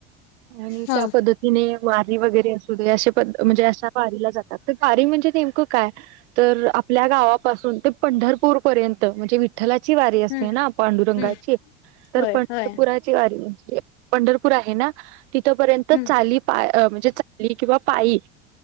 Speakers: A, on the right; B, on the left.
A: आणि
B: हा
A: त्या पद्धतीने वारी वगरे अस हे अशे पद् म्हणजे अशा वारीला जातात तर वारी म्हणजे नेमकं काय? तर आपल्या गावापासून ते पंढरपूर पर्यंत म्हणजे वि विठ्ठलाची वारी असते
B: हम्म
A: ना पांडुरंगाची
B: हम्म
A: तर
B: होय
A: पंढरपुरात
B: होय
A: पंढरपूर आहे ना तिथ पर्यंतच
B: हम्म
A: चाली पाय अं म्हण चाली किंवा पायी